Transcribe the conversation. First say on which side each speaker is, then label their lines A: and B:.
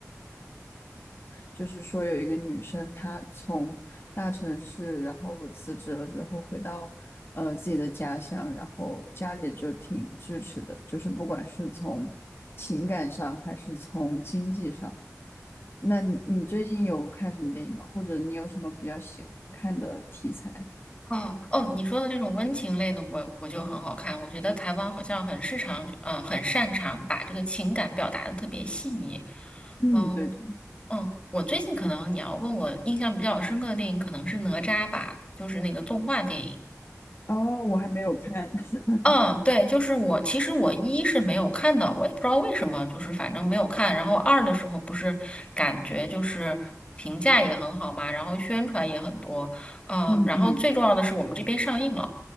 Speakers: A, on the left; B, on the left.
A: 就是说有一个女生她从大城市，然后辞职了之后回到呃自己的家乡，然后家里就挺支持的，就是不管是从情感上还是从经济上。那你你最近有看什么电影吗？或者你有什么比较喜欢看的题材？
B: 哦哦，你说的这种温情类的我，我就很好看。我觉得台湾好像很擅长，嗯、呃很擅长把这个情感表达的特别细腻。
A: 嗯，
B: 嗯、
A: 对对。
B: 嗯，我最近可能你要问我印象比较深刻的电影，可能是《哪吒》吧，就是那个动画电影。
A: 哦，我还没有看。<laughs>
B: 嗯，对，就是我，其实我一是没有看的，我也不知道为什么，就是反正没有看。然后二的时候不是感觉就是评价也很好嘛，然后宣传也很多，呃，
A: 嗯嗯。
B: 然后最重要的是我们这边上映了，